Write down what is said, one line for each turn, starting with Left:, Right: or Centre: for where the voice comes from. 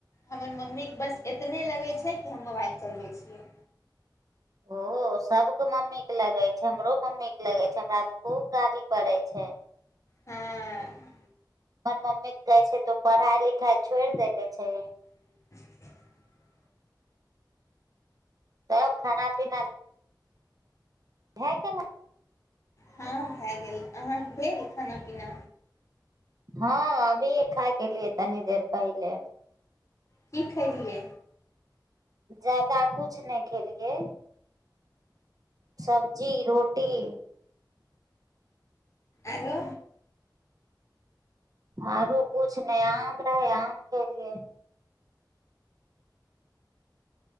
Left: हमर मम्मीके बस इतने लगै छै की हम मोबाइल चलबै छियै
Right: ओ सबके मम्मी के लगै छै हमरो मम्मी के लगै छै हमरा तऽ खूब गाली पड़ै छै
Left: हँ
Right: पर मम्मी कहै छै तूँ पढ़ाइ लिखाइ छोड़ि देेले छहिंन
Left: <inaudible>
Right: तब खाना पीना भेए गेलह
Left: हँ भए गेल अहाँके भेल खाना पीना
Right: हाँ अभी खा के एलिए तनी देर पहिले
Left: की खैलियै
Right: ज्यादा कछु नहि खेलियैए सब्जी रोट- तीन
Left: आरो
Right: आरो कुछ नहि आम रहै आम खेलियै